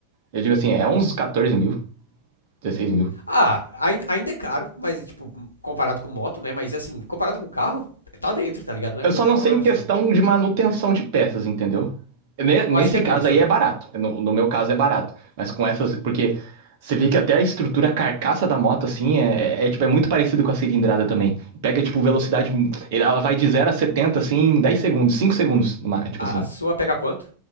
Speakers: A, on the right; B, on the left.
A: Eu digo assim,
B: hum.
A: é uns 14 mil, 16 mil.
B: Ah, ai- ainda é caro, mas, tipo, comparado com moto, né? Mas assim, comparado com carro, tá dentro, tá ligado? Não é
A: Eu
B: um
A: só não
B: valor
A: sei
B: absurdo.
A: em questão de manutenção de peças, entendeu? Ne- Nesse
B: Eu acho que é menos
A: caso
B: também.
A: aí é barato. No, no meu caso é barato. Mas com essas. Porque você vê que até a estrutura, a carcaça da moto, assim, é, é, tipo, é muito parecido com a cilindrada também. Pega, tipo, velocidade. Ela vai de zero a 70 assim, em 10 segundos, 5 segundos. numa- Tipo
B: A,
A: assim.
B: a sua pega quanto?